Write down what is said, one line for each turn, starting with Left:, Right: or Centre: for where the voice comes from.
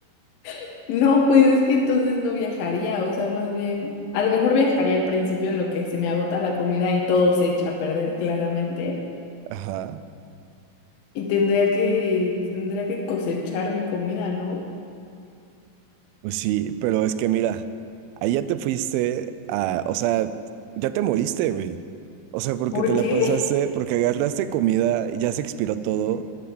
Left: <laughs> no, pues es que entonces no viajaría, o sea, más bien, a lo mejor viajaría al principio en lo que se me agota la comida y todo se echa a perder claramente,
Right: <laughs> ajá.
Left: y tendría que, tendría que cosechar mi comida, ¿no?
Right: Pues sí, pero es que mira, ahí ya te fuiste a, o sea, ya te moriste, güey. O sea, porque
Left: ¿Por
Right: te la
Left: qué?
Right: pasaste, porque agarraste comida, ya se expiró todo,